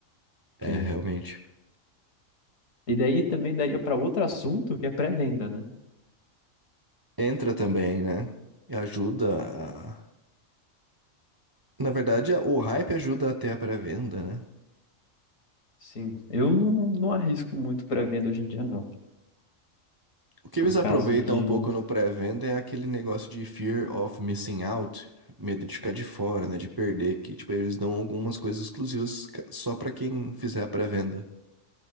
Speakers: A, on the right; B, on the left.
A: é
B: Porque...
A: realmente.
B: E daí também daria para outro assunto que é pré-venda, né?
A: Entra também, né? E ajuda a... Na verdade, o hype ajuda até a pré-venda, né?
B: Sim, eu não, não arrisco muito pré-venda hoje em dia, não.
A: O que
B: Por
A: eles aproveitam
B: causa de.
A: um pouco no pré-venda é aquele negócio de fear of missing out, medo de ficar de fora, né? De perder, que tipo, eles dão algumas coisas exclusivas ca- só pra quem fizer a pré-venda.